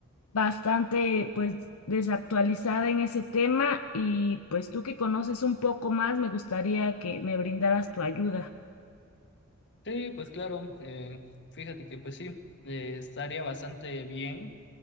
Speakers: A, on the left; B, on the left.
A: bastante, pues, desactualizada en ese tema y pues tú que conoces un poco más, me gustaría que me brindaras tu ayuda.
B: Sí, pues claro, eh, fíjate que pues sí, eh, estaría bastante bien.